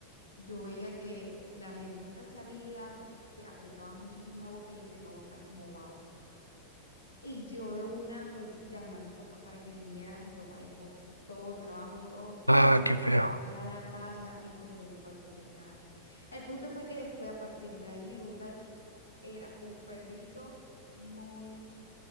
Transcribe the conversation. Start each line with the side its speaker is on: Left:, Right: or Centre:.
Left: yo veía que la lengüita salida, te apretaba muchísimo la boca y empezó a botar como baba. Y yo de una, pues llamé a mi papá para que viniera. Mi papá dejó todo, trabajo, todo,
Right: Ah,
Left: se
Right: qué feo.
Left: vino para la casa y pues lo llevó al veterinario. El punto fue que después, a partir de ahí, Lucas era un perrito muy